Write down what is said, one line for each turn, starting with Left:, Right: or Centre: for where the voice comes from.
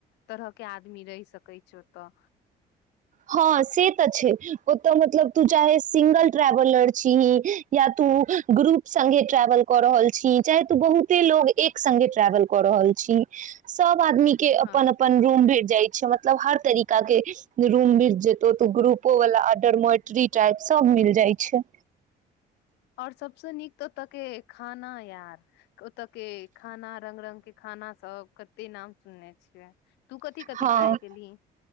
Left: तरह के आदमी रहि सकैत छै ओतऽ
Right: हँ से तऽ छै ओतऽ मतलब तू चाहे सिंगल ट्रेवलर छीही या तू ग्रुप संगे ट्रेवल कऽ रहल छी चाहे तू बहुते लोग एक संगे ट्रेवल क रहल छी सब आदमी के
Left: हँ
Right: अपन अपन रूम भेट जाइ छै मतलब हर तरीका के रूम मिल जेतौ तऽ ग्रुपो वाला अडरमोटरी टाइप सब मिल जाय छै
Left: आओर सबस नीक ओतके खाना यार ओतऽ के खाना रंग रंग के खाना सब कते नाम सुनने छियै तू कथि कथि
Right: हँ
Left: ट्राइ केलही